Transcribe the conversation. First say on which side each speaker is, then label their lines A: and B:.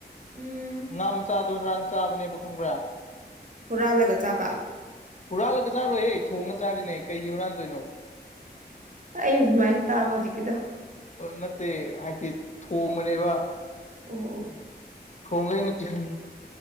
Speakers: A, on the right; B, on the left.
A: ꯎꯝ
B: ꯉꯥꯝ ꯃꯆꯥꯥꯗꯣ ꯉꯔꯥꯡ ꯆꯥꯕꯅꯦꯕ ꯈꯪꯕ꯭ꯔꯥ
A: ꯍꯨꯔꯥꯜꯂꯒ ꯆꯥꯕ
B: ꯍꯨꯔꯥꯂꯒ ꯆꯥꯔꯣꯏꯍꯦ ꯊꯣꯡꯉꯒ ꯆꯥꯔꯤꯅꯦ ꯀꯩꯒꯤ ꯍꯨꯔꯥꯟꯗꯣꯏꯅꯣ
A: ꯑꯩ ꯑꯗꯨꯃꯥꯏꯅ ꯇꯥꯕ ꯍꯧꯖꯤꯛꯀꯤꯗꯣ
B: ꯅꯠꯇꯦ ꯍꯥꯏꯗꯤ ꯊꯣꯡꯕꯅꯦꯕ
A: ꯑꯣ ꯑꯣ
B: ꯊꯣꯡꯒ ꯑꯩꯅ ꯇꯤꯐꯤꯟ